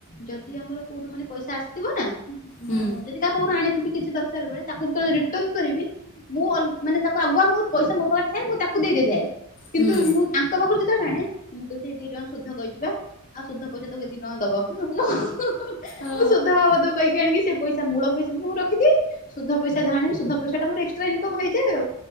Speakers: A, on the left; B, on the left.
A: ଯଦି ଆମର କୋଉଠୁ ମାନେ ପଇସା ଆସିଥିବ ନା ମୁଁ
B: ହୁଁ
A: ଯଦି କାହା ପାଖରୁ ଆଣିଥିବି କିଛି ଦରକାର ବଳେ ତାକୁ ଯେତେବେଳେ ରିଟର୍ଣ୍ଣ କରିବି ମୁଁ ମାନେ ତାକୁ ଆଗୁଆ ମୁଁ ପଇସା ମୋ ପାଖରେ ଥାଏ ମୁଁ ତାକୁ ଦେଇ ଦେଇଥାଏ। କିନ୍ତୁ
B: ହୁଁ
A: ମୁଁ ଆଙ୍କ ପାଖରୁ ଯେତବଳେ ଆଣେ ମୁଁ କହିବି ସେ ଏତିକି ଟଙ୍କା ସୁଧ କହିିଚି ବା ଆଉ ସୁଧ ପଇସା ତାକୁ ଏ ବ ମୁଁ
B: ଓ
A: ସୁଧ ବାବଦକୁ କହିିକି ଆଣିକି ସେ ପଇସା ମୂଳ ପଇସା ବି ମୁଁ ରଖିଦିଏ ସୁଧ ପଇସା ଯାହା ଆଣିବି ସୁଧ ପଇସାଟା ମୋର ଏକ୍ସଟ୍ରା ଇନକମ୍ ହେଇଯାଏ ଆଉ।